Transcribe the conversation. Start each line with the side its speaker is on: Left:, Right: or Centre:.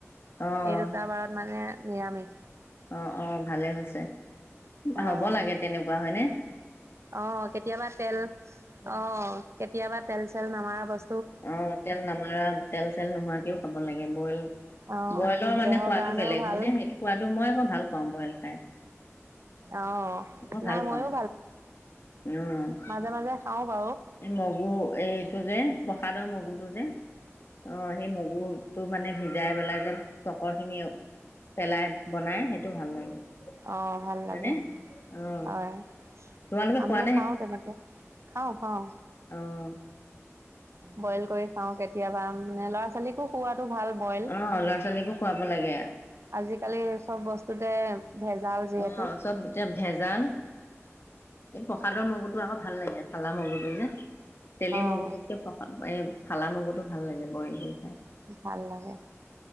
Left: অ',
Right: এই দুটা বাৰত মানে নিৰামিষ
Left: অ', অ, ভালে হৈছে।
Right: অ',
Left: হ'ব লাগে তেনেকুৱা হয় নে?
Right: অ', কেতিয়াবা তেল অ', কেতিয়াবা তেল চেল নামাৰা বস্তু
Left: অ', তেল নামাৰা তেল চেল নোহোৱাকেও খাব লাগে বহুত বয়েল
Right: অ',
Left: বয়েলৰ মানে
Right: দেহৰ
Left: সোৱাদো
Right: কাৰণেও
Left: বেলেগ
Right: ভাল
Left: হয়নে সেইটো সোৱাদো মই আক ভাল পাওঁ বইল খাই
Right: অ',
Left: মই
Right: নাই
Left: ভাল
Right: ময়ো
Left: পাওঁ। অ'।
Right: মাজে -মাজে খাওঁ বাৰ
Left: এই মগু এইটো যে প্ৰসাদৰ মগোতো যে? অ', সেই মগুৰ টো মানে ভিজাই পেলাই যে চকৰ খিনি পেলাই বনাই সেইটো ভাল লাগে।
Right: অ', ভাল
Left: হয়নে
Right: লাগে
Left: অঁ
Right: হয়,
Left: তোমালোকে
Right: আমিও
Left: খোৱা
Right: খাও তেনেকে খাও- খাও।
Left: আহ',
Right: বইল কৰি খাও কেতিয়াবা মানে ল'ৰা ছোৱালীকো কোৱাত টো ভাল বইল,
Left: অঁ ল'ৰা ছোৱালীকো খুৱাব লাগে
Right: আজিকালি চব বস্তুতে ভেজাল যিহেতু
Left: আহ', চব এতিয়া ভেজাল এই প্ৰসাদৰ মগুটো আকৌ ভাল লাগে। ফালা মগুটো যে। তেলি মগু
Right: অ',
Left: দুকে ফালা মগু টো ভাল লাগে বইল কৰি। খাই
Right: ভাল লাগে।